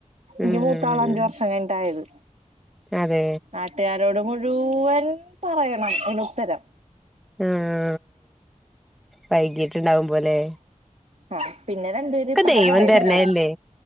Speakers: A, in the centre; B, on the right.
A: ഉം
B: ഇ മൂത്താള അഞ്ച വർഷം അങ്ങനണ്ടായത്
A: അതെ
B: നാട്ടുകാരോട് മുഴുവൻ പറയണം ഇതിന് ഉത്തരം
A: ആഹ വൈകീട്ട്ണ്ടാവകുമ്പലെ
B: ആ പിന്നെ രണ്ടു പേര് പട
A: ദൈവം
B: പടേടന്ന്
A: തരണല്ലേ